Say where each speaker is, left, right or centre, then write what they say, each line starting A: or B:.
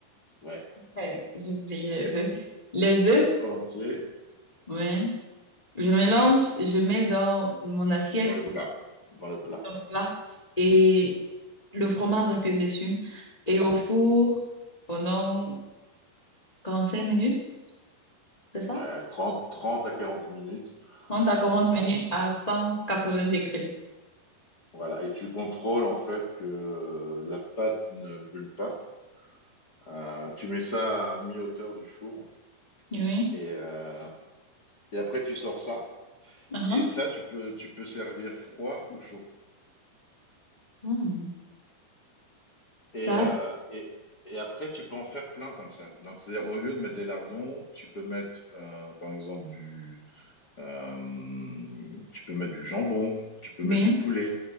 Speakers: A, on the left; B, on the left.
A: Ouais,
B: Ouais, j'ai oublié
A: Qu-
B: les œufs. Les œufs,
A: quatre œufs entiers
B: oui. Je mélange, je mets dans mon assiette
A: dans le
B: ou
A: plat, dans le plat.
B: dans le plat et le fromage râpé dessus et au four pendant 45 minutes, c'est
A: Ouais,
B: ça?
A: Trente, trente à 40 minutes.
B: trente à quarante
A: à ce
B: minutes
A: que-
B: à 180 degrés.
A: Voilà, et tu contrôles en fait que la pâte ne brûle pas. Euh, tu mets ça à mi-hauteur du four
B: Oui.
A: et, euh, et après tu sors ça.
B: Mhm.
A: Et ça, tu peux, tu peux servir froid ou chaud.
B: Hmm.
A: Et,
B: Ça,
A: euh, et, et après, tu peux en faire plein comme ça. Donc, c'est-à-dire, au lieu de mettre des lardons, tu peux mettre, euh, par exemple, du, euh, tu peux mettre du jambon, tu peux
B: oui,
A: mettre du poulet,